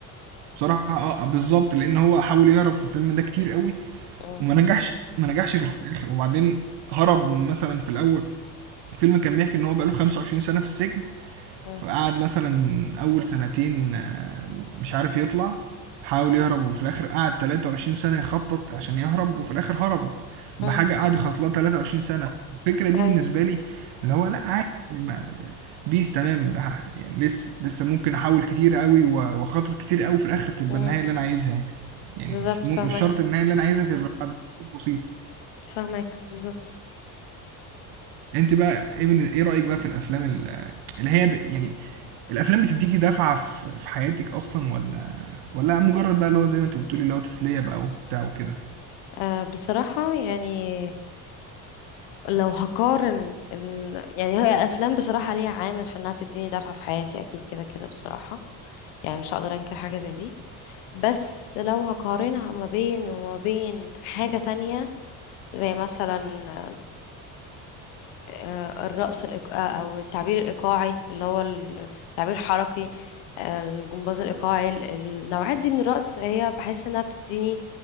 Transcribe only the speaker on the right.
بصراحه اه بالظبط لان هو حاول يهرب في الفيلم ده كتير قوي
وما نجحش ما نجحش غير في الاخر وبعدين هرب مثلا في الاول الفيلم كان بيحكي ان هو بقاله 25 سنه في السجن
فقعد مثلا اول سنتين آه، مش عارف يطلع حاول يهرب وفي الاخر قعد 23 سنة يخطط عشان يهرب وفي الاخر هرب بحاجة
قعد يخطط لها 23 سنة الفكرة دي
بالنسبة لي اللي هو لا عادي ما- بيس تمام لا يعني لسه لسه ممكن احاول كتير قوي و- واخطط كتير قوي في الاخر تبقى
النهاية اللي انا عايزها يعني يعني
مش مو
مش شرط النهاية اللي انا عايزها تبقى بعد تخطيط بسيط
انت بقى ايه بن- إيه رأيك بقى في الافلام ال- اللي هي ب- يعني الافلام بتديكي دفعة في في حياتك اصلا ولا ولا مجرد بقى اللي هو زي ما انت بتقولي اللي هو تسلية بقى وبتاع وكده